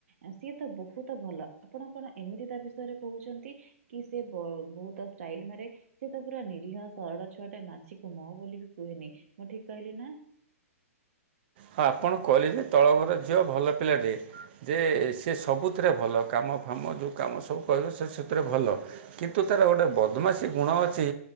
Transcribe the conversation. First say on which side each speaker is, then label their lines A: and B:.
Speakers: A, on the right; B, on the right.
A: ଆଁ ସିଏ ତ ବହୁତ ଭଲ ଆପଣ କଣ ଏମିତି ତା ବିଷୟରେ କହୁଛନ୍ତି। କି ସେ ବହୁତ ଷ୍ଟାଇଲ ମାରେ ସେ ତ ପୁରା ନିରୀହ ସରଳ ଛୁଆ ଟେ ମାଛିକୁ ମ ବୋଲି ବି କୁହେନି ମୁଁ ଠିକ୍ କହିଲି ନା।
B: ହଁ ଆପଣ କହିଲେ ଯେ ତଳ ଘର ଝିଅ ଭଲ ପିଲାଟେ। ଯେ ସେ ସବୁଥିରେ ଭଲ କାମ ଫାମ ଯେଉଁ କାମ ସବୁ କହିବ ସେ ସେଥିରେ ଭଲ କିନ୍ତୁ ତାର ଗୋଟେ ବଦମାସି ଗୁଣ ଅଛି